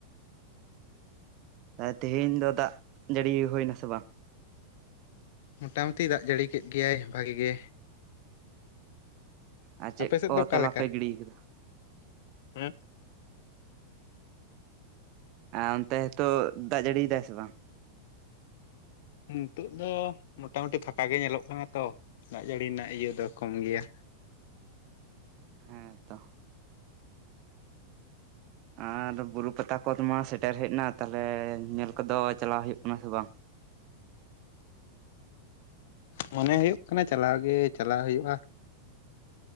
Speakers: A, on the right; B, on the left.
A: ᱟᱸ ᱛᱮᱦᱮᱧ ᱫᱚ ᱫᱟᱜ ᱡᱟᱹᱲᱤ ᱦᱩᱭᱱᱟ ᱥᱮ ᱵᱟᱝ?
B: ᱢᱚᱴᱟᱢᱩᱴᱤ ᱫᱟᱜ ᱡᱟᱹᱲᱤ ᱠᱮᱫ ᱜᱮᱭᱟᱭ ᱵᱷᱟᱜᱤ ᱜᱮ
A: ᱟᱨ ᱪᱮᱫ
B: ᱟᱯᱮ ᱥᱮᱫ
A: ᱠᱚ
B: ᱫᱚ ᱚᱠᱟᱞᱮᱠᱟ
A: ᱛᱚᱞᱟ ᱯᱮ ᱜᱤᱰᱤ ᱟᱠᱟᱫᱟ᱾
B: ᱦᱮᱸ
A: ᱟᱨ ᱚᱱᱛᱮ ᱦᱮᱛᱚᱜ ᱫᱟᱜ ᱡᱟᱹᱲᱤᱭᱮᱫᱟᱭ ᱥᱮ ᱵᱟᱝ
B: ᱱᱤᱛᱳᱜ ᱫᱚ ᱢᱚᱴᱟ ᱢᱩᱴᱤ ᱯᱷᱟᱠᱟ ᱜᱮ ᱧᱮᱞᱚᱜ ᱠᱟᱱᱟ ᱛᱚ ᱫᱟᱜ ᱡᱟᱹᱲᱤ ᱨᱮᱱᱟᱜ ᱤᱭᱟᱹ ᱫᱚ ᱠᱚᱢ ᱜᱮᱭᱟ᱾
A: ᱦᱮᱸ ᱛᱚ ᱟᱨ ᱵᱩᱨᱩ ᱯᱟᱛᱟ ᱠᱚ ᱢᱟ ᱥᱮᱴᱮᱨ ᱦᱮᱡ ᱮᱱᱟ ᱛᱟᱦᱚᱞᱮ ᱧᱮᱞ ᱠᱚᱫᱚ ᱪᱟᱞᱟᱣ ᱦᱩᱭᱩᱜ ᱠᱟᱱᱟ ᱥᱮ ᱵᱟᱝ?
B: ᱢᱚᱱᱮ ᱦᱩᱭᱩᱜ ᱠᱟᱱᱟ ᱪᱟᱞᱟᱣ ᱜᱮ ᱪᱟᱞᱟᱜ ᱦᱩᱭᱩᱜᱼᱟ᱾